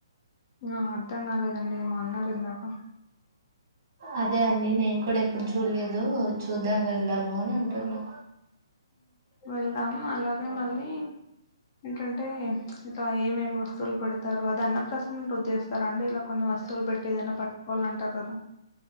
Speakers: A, on the left (about 35°); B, on the right (about 35°).
A: ఆ అర్థం కాలేదండి ఏమో అన్నారు ఇందాక
B: అదే అండి నేను కూడా ఎప్పుడు చూడలేదు చూద్దాం వెళ్దాము అని అంటున్నా
A: వెళ్దాం అలాగే మళ్ళీ ఏంటంటే ఇలా ఏమేమి వస్తువులు పెడతారు అది అన్నప్రసన్న రోజు చేస్తారు అండి ఇలా కొన్ని అసలు పెట్టే ఏదన్న పట్టుకోవాలి అంటే అసలు